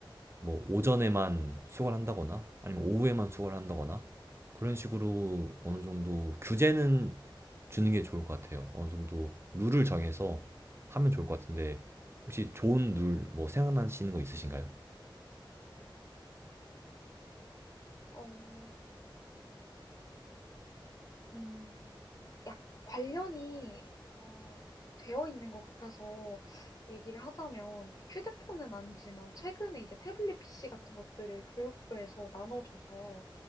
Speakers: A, on the right (about 30°); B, on the left (about 45°).
A: 뭐 오전에만 수거를 한다거나 아니면 오후에만 수거를 한다거나 그런 식으로 어느 정도 규제는 주는 게 좋을 것 같아요. 어느 정도 룰을 정해서 하면 좋을 것 같은데 혹시 좋은 룰 뭐 생각나시는 거 있으신가요?
B: 어, 음, 약 관련이 어, 되어 있는 것 같아서 얘기를 하자면 휴대폰은 아니지만 최근에 이제 태블릿 PC 같은 것들을 교육부에서 나눠줘서